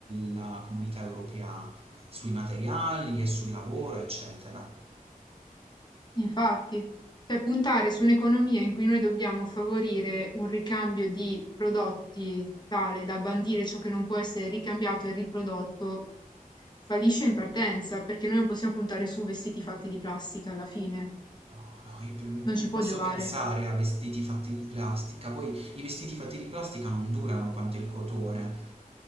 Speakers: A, on the right; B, on the left.
A: la comunità europea ha sui materiali e sul lavoro, eccetera.
B: Infatti, cioè puntare su un'economia in cui noi dobbiamo favorire un ricambio di prodotti tale da bandire ciò che non può essere ricambiato e riprodotto, fallisce in partenza, perché noi non possiamo puntare su vestiti fatti di plastica alla fine,
A: No, no, io pe-
B: non
A: non
B: ci
A: posso
B: può giovare.
A: pensare a vestiti fatti di plastica. Poi i vestiti fatti di plastica non durano quanto il cotone,